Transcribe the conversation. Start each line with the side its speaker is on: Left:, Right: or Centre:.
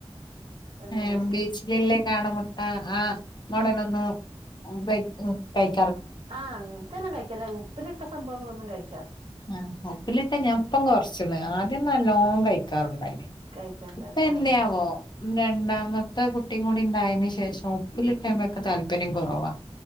Right: അങ്ങനെയൊക്കെ
Left: ഏഹ് ബീച്ചിലില്ലേ കാട മുട്ട ആഹ് മോഡലൊന്ന് ഉപ ഉം കഴി
Right: ആഹ് അങ്ങൻത്തെല്ലാം കഴിക്കും അല്ലതെ ഉപ്പിലിട്ട സംഭവങ്ങളൊന്നും കഴി
Left: ആഹ് ഉപ്പിലിട്ട ഞാൻ ഇപ്പം കൊർച്ച്ണ്. ആദ്യം നല്ലോം കഴിക്കാറുണ്ടായിനി.
Right: കഴിക്കാണ്ടായത്
Left: ഇപ്പ എന്തേയാവോ
Right: ആഹ് ആഹ്
Left: രണ്ടാമത്തെ കുട് ട്ടിംകൂടി ഉണ്ടായേന് ശേഷം ഉപ്പിലിട്ടേമെക്ക് താല്പര്യം കൊറവാ